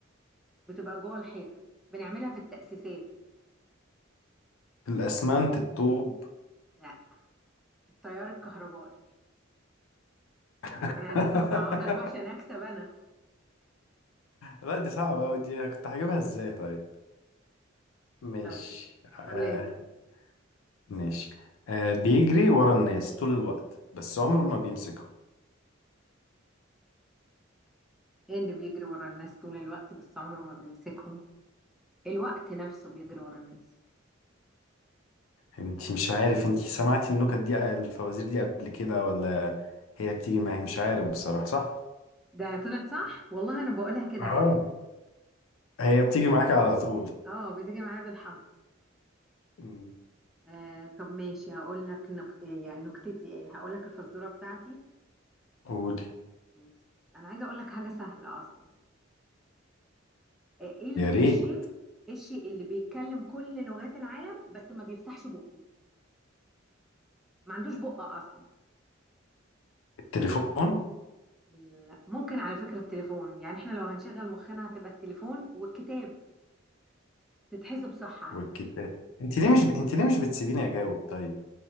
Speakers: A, in the centre; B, on the left.
A: بتبقى جوه الحيطه بنعملها في التأسيسات
B: الأسمنت الطوب
A: لا التيار الكهربائي
B: <laughs>
A: انا لازم اصعب لك بقى عشان اكسب انا
B: لا دي صعبة أوي دي أنا كنت هجيبها إزاي طيب ماشي
A: طيب
B: آه.
A: قول انت
B: ماشي آه بيجري ورا الناس طول الوقت بس عمره ما بيمسكهم
A: ايه اللي بيجري ورا الناس طول الوقت بس عمره ما بيمسكهم الوقت نفسه بيجري ورا الناس
B: انتي مش عارف انتي سمعتي النكت دي الفوازير دي قبل كده ولا هي بتيجي معاك مش عارف بصراحة صح
A: ده طلعت صح والله انا بقولها كده
B: اه
A: على فكرة
B: هي بتيجي معاك على طول
A: اه بتيجي معايا بالحظ
B: مم.
A: آه طب ماشي هقول لك نك... إيه يعني نكتتي ايه هقول لك الفزورة بتاعتي
B: قولي
A: ماشي انا عايزة اقول لك حاجة سهلة اصلا آه، ايه ال-
B: يا ريت
A: ايه الشيء ايه الشيء اللي بيتكلم كل لغات العالم بس ما بيفتحش بقه ما عندوش بق اصلا
B: التليفون
A: ال- ممكن على فكرة التليفون يعني احنا لو هنشغل مخنا هتبقى التليفون والكتاب تتحسب صح على
B: والكتاب
A: فكرة
B: انت ليه مش ب... انت ليه مش بتسيبيني اجاوب طيب